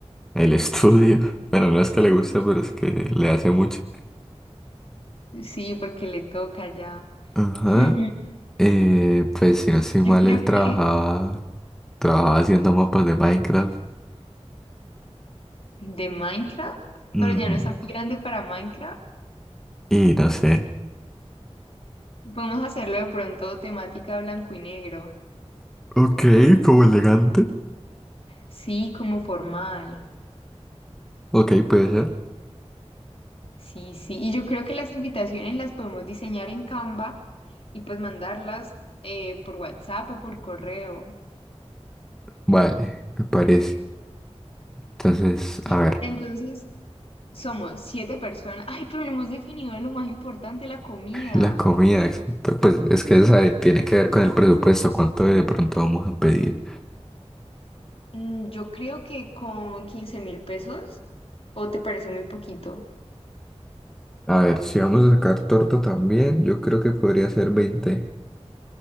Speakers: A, in the centre; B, on the left.
A: el estudio. <laughs> Bueno, no es que le guste, pero es que le hace mucho.
B: Sí, porque le toca ya.
A: Ajá.
B: Hmm,
A: Eh, pues si no estoy mal,
B: Yo creo
A: él trabajaba,
B: que
A: trabajaba haciendo mapas de Minecraft.
B: de Minecraft,
A: Ujú.
B: pero ya no está muy grande para Minecraft.
A: Y no sé.
B: Podemos hacerlo de pronto temática blanco y negro.
A: Ok, como elegante.
B: Sí, como formal.
A: Ok, puede ser.
B: Sí, sí. Y yo creo que las invitaciones las podemos diseñar en Canva y pues mandarlas eh, por WhatsApp o por correo.
A: Vale, me parece. Entonces,
B: Sí.
A: a ver.
B: Entonces, somos siete personas. Ay, pero no hemos definido lo más importante, la comida.
A: La comida, exacto. Pues es que esa de- tiene que ver con el presupuesto, cuánto de pronto vamos a pedir.
B: Mm, yo creo que con quince mil pesos, ¿o te parece muy poquito?
A: A ver, si vamos a sacar torta también, yo creo que podría ser veinte